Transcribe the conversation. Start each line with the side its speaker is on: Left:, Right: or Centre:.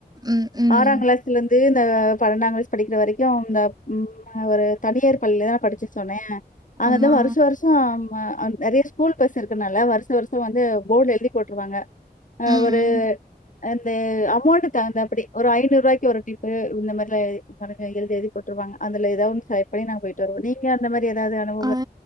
Right: ம் ம்
Left: ஆறாங்கிளாஸ்ல இருந்து இந்த பன்னண்டா கிளாஸ் படிக்கிற வரைக்கு இந்த நா ஒரு தனியார் பள்ளிலதானா படிச்சுட்ருந்தே அங்க
Right: ஆமா
Left: வந்து வருஷ வருஷோ அது நெறய ஸ்கூல் பஸ் இருக்குனல வருஷ் ஷ வருஷோ வந்து போர்ட்ல எழுதி போட்டுருவாங்க அ
Right: ம்
Left: ஒரு
Right: ம்
Left: அந்த அமௌண்ட் தகுந்தாப்டி ஒரு ஐநூறு ரூவாய்க்கு ஒரு டிப்பு இந்த மாரில்லா எ கணக்கா எழுதி எழுதி போட் ருவாங்க அதுல ஏதாவது ஒன் செலக்ட் பண்ணி நாங்க போயிட்டு வருவோ நீங்க அந்த மாரி ஏதாவுது அனுப்
Right: ஆ